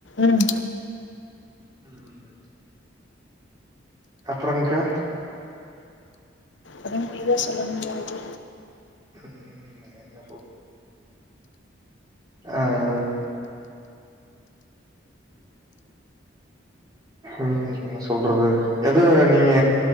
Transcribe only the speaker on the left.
உம்
அத மீத சொல்ல முடியாது